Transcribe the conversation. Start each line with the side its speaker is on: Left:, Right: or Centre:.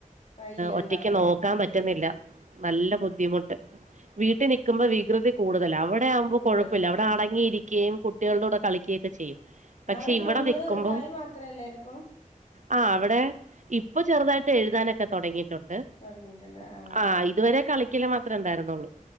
Left: കയ്യ്ണ്ടാവൂല
Right: ഒറ്റക്ക് നോക്കാൻ പറ്റുന്നില്ല. നല്ല ബുദ്ധിമുട്ട് വീട്ടിൽ നിക്കുമ്പോ വികൃതി കൂടുതലാവം അവിടെയാവുമ്പോ
Left: കൂടുതലാൾക്കാ
Right: കുഴപ്പില്ല അവിടെ അടങ്ങിയിരിക്കയും കുട്ടികളുടെ കൂടെ കളിക്കുകയും ഒക്കെ ചെയ്യും. പക്ഷെ
Left: അവിടെ ഫുള്ള്
Right: ഇവിടെ നിക്കുമ്പോ
Left: കളി മാത്രല്ലായിരിക്കും.
Right: ആ അവിടെ ഇപ്പൊ ചെറുതായിട്ട് എഴുതാനൊക്കെ തൊടങ്ങി ട്ടൊണ്ട്
Left: തൊടങ്ങിട്ടുണ്ട് ആഹ്
Right: ആ ഇതുവരെ കളിക്കല് മാത്രേ ഉണ്ടായിരുന്നൊള്ളു.